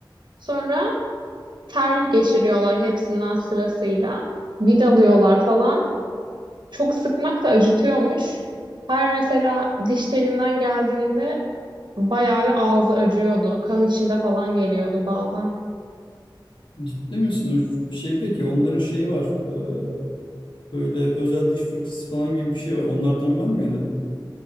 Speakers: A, on the right; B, on the left.
A: Sonra tel geçiriyorlar hepsinden sırasıyla. Vidalıyorlar falan. Çok sıkmak da acıtıyormuş. Her mesela diş telinden geldiğinde bayağı bir ağzı acıyordu. Kan içinde falan geliyordu bazen.
B: Ciddi misin? O şey peki onların şeyi var. E, böyle özel diş fırçası falan gibi bir şey var. Onlardan var mıydı?